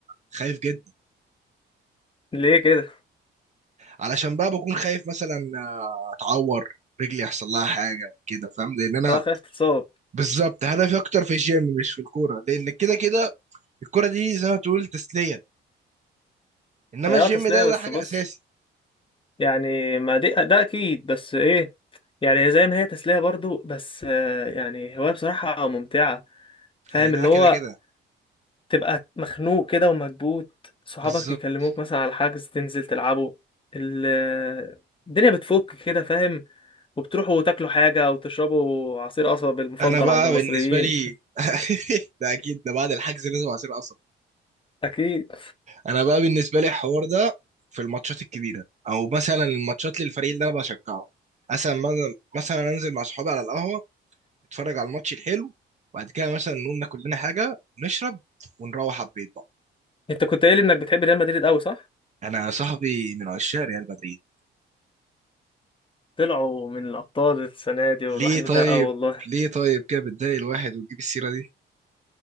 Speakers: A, on the right (about 35°); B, on the left (about 25°).
A: خايف جدا
B: ليه كده
A: علشان بقى بكون خايف مثلا آه، اتعور رجلي يحصل لها حاجه كده فاهم لان انا
B: اه خايف تتصاب
A: بالظبط هدفي اكتر في الجيم مش في الكوره لان كده كده الكوره دي زي ما تقول تسليه انما
B: ما هي
A: الجيم
B: اه تسلية
A: ده
B: بس
A: ده حاجه
B: بص
A: اساسي
B: يعني ما دي ده اكيد بس ايه يعني زي ما هي تسلية برضو بس آه، يعني هواية بصراحة ممتعة فاهم
A: هي ده
B: اللي
A: كده
B: هو
A: كده
B: تبقى مخنوق كده ومكبوت صحابك
A: بالظبط
B: يكلموك مثلا على حجز تنزل تلعبوا ال- الدنيا بتفك كده فاهم وبتروحوا تاكلوا حاجة أو تشربوا عصير قصب المفضل
A: انا بقى
B: عند المصريين
A: بالنسبه لي <laughs> ده اكيد ده بعد الحجز لازم عصير قصب
B: <laughs> أكيد
A: انا بقى بالنسبه لي الحوار ده في الماتشات الكبيره او مثلا الماتشات للفريق اللي انا بشجعه مثلا مثلا انزل مع صحابي على القهوه نتفرج على الماتش الحلو وبعد كده مثلا نقوم ناكل لنا حاجه نشرب ونروح على البيت بقى
B: أنت كنت قايل إنك بتحب ريال مدريد أوي صح؟
A: انا صاحبي من عشاق ريال مدريد
B: طلعوا من الأبطال السنة دي والواحد
A: ليه طيب
B: متضايق أوي والله
A: ليه طيب كده بتضايق الواحد وتجيب السيره دي